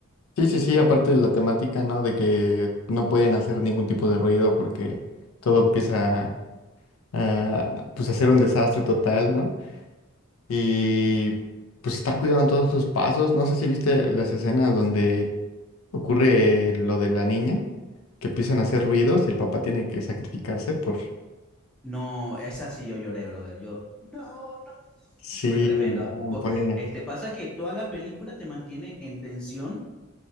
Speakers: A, on the left; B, in the centre.
A: Sí, sí, sí, aparte de la temática, ¿no? De que no pueden hacer ningún tipo de ruido porque todo empieza a, pues, a ser un desastre total, ¿no? Y pues estar cuidando todos sus pasos. No sé si viste las escenas donde ocurre lo de la niña, que empiezan a hacer ruidos y el papá tiene que sacrificarse por...
B: No, esa sí yo lloré, brother. Yo, no, no.
A: Sí,
B: Fue tremendo.
A: no, fue-
B: Este pasa que toda la película te mantiene en tensión